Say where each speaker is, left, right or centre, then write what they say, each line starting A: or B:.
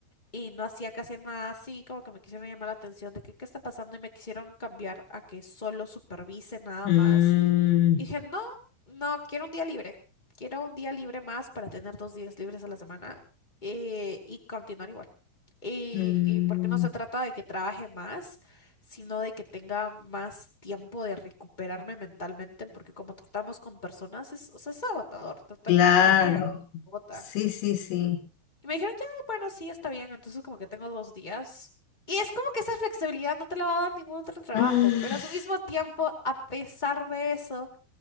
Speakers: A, on the left; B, on the left.
A: y no hacía casi nada así, como que me quisieron llamar la atención de que qué está pasando y me quisieron cambiar a que solo supervise nada
B: Mm,
A: más. Y dije, no, no, quiero un día libre, quiero un día libre más para tener dos días libres a la semana eh, y continuar igual. Y,
B: mm,
A: y porque no se trata de que trabaje más, sino de que tenga más tiempo de recuperarme mentalmente, porque como tratamos con personas, es, o sea, es agotador, tratar
B: claro.
A: con gente agota.
B: Sí, sí, sí.
A: Y me dijeron, ya, bueno, sí, está bien. Entonces como que tengo dos días. Y es como que esa flexibilidad no te la va a dar ningún otro trabajo,
B: <laughs>
A: pero a su mismo tiempo, a pesar de eso,